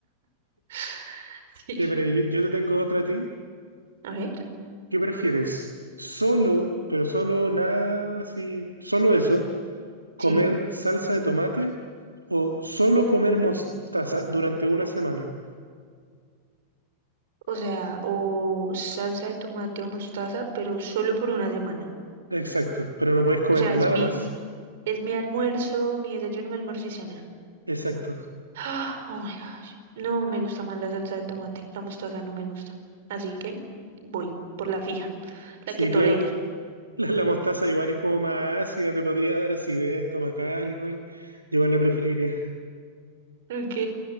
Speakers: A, on the right (about 55°); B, on the right (about 85°).
A: <laughs>
B: Ya,
A: Sí.
B: pero yo, yo te tengo otra a ti.
A: A ver,
B: ¿Qué prefieres? Solo, pero solo nada así, solo eso, comer
A: sí.
B: salsa de tomate o solo comer mostaza durante una semana.
A: O sea, o salsa de tomate o mostaza, pero solo por una semana.
B: Exacto, pero no puedes comer
A: O sea,
B: nada
A: es mi,
B: más.
A: es mi almuerzo, mi desayuno, mi almuerzo y cena.
B: Exacto.
A: Ah, Oh my gosh. No me gusta más la salsa de tomate. La mostaza no me gusta. Así que voy por la fija,
B: Sí,
A: la que tolere.
B: claro. La, la mostaza igual es como más ácida, te podría dar acidez estomacal igual. Yo Igual la preferiría.
A: Ok,